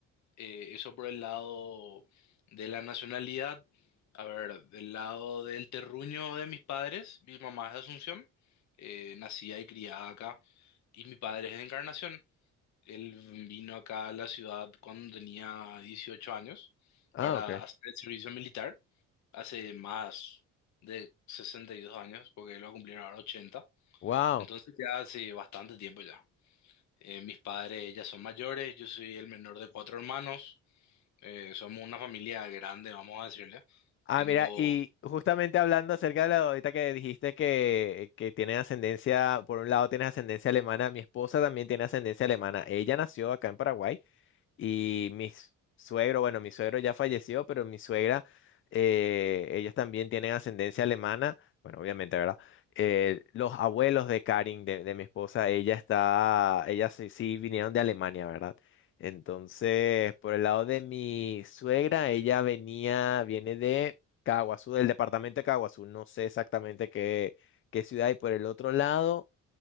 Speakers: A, on the left (about 60°); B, on the left (about 40°).
A: Eh, eso por el lado de la nacionalidad. A ver, del lado del terruño de mis padres, mi mamá es de Asunción, eh, nacida y criada acá, y mi padre es de Encarnación. Él vino acá a la ciudad cuando tenía 18 años
B: Ah,
A: para
B: ok.
A: hacer el servicio militar, hace más de 62 años, porque él va a cumplir ahora 80.
B: Wow.
A: Entonces ya hace bastante tiempo ya. Eh, mis padres ya son mayores, yo soy el menor de cuatro hermanos, eh, somos una familia grande, vamos a decirle.
B: Ah,
A: Tengo,
B: mira, y justamente hablando acerca de la ahorita que dijiste que, que tiene ascendencia, por un lado tienes ascendencia alemana, mi esposa también tiene ascendencia alemana. Ella nació acá en Paraguay. Y mi s- suegro, bueno, mi suegro ya falleció, pero mi suegra, eh, ellos también tienen ascendencia alemana, bueno, obviamente, ¿verdad? Eh, los abuelos de Karin, de, de mi esposa, ella está, ella sí, sí vinieron de Alemania, ¿verdad? Entonces, por el lado de mi suegra, ella venía, viene de Caaguazú, del departamento de Caaguazú, no sé exactamente qué, qué ciudad, y por el otro lado